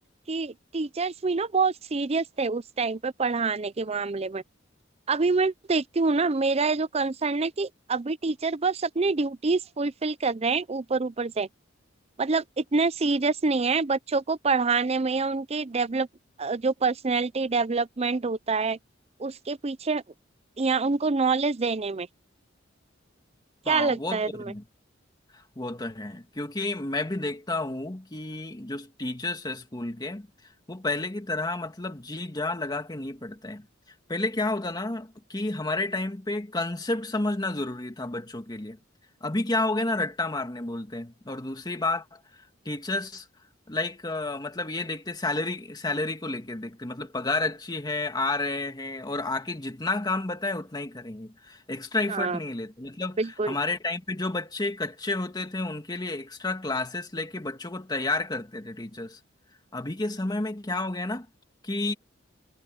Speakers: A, on the right; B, on the left.
A: कि टीचर्स भी ना बहुत सीरियस थे उस टाइम पे पढ़ाने के मामले में अभी मैं देखती हूँ ना मेरा ये जो कंसर्न है कि अभी टीचर बस अपनी ड्यूटीज फुलफिल कर रहे हैं ऊपर ऊपर से मतलब इतने सीरियस नहीं है बच्चों को पढ़ाने में या उनके डेवलप जो पर्सनैलिटी डेवलपमेंट होता है उसके पीछे या उनको नॉलेज देने में क्या
B: हाँ,
A: लगता
B: वो तो
A: है तुम्हें
B: है वो तो है क्योंकि मैं भी देखता हूँ कि जो टीचर्स है स्कूल के वो पहले की तरह मतलब जी जान लगा के नहीं पढ़ते हैं पहले क्या होता ना कि हमारे टाइम पे कंसेप्ट समझना जरूरी था बच्चों के लिए अभी क्या हो गया ना रट्टा मारने बोलते हैं और दूसरी बात टीचर्स लाइक मतलब ये देखते सैलरी सैलरी को लेके देखते मतलब पगार अच्छी है आ रहे हैं और आके जितना काम बताए उतना ही करेंगे एक्स्ट्रा एफर्ट
A: हाँ
B: नहीं लेते मतलब
A: बिल्कुल
B: हमारे टाइम पे जो बच्चे कच्चे होते थे उनके लिए एक्स्ट्रा क्लासेस लेके बच्चों को तैयार करते थे टीचर्स अभी के समय में क्या हो गया ना कि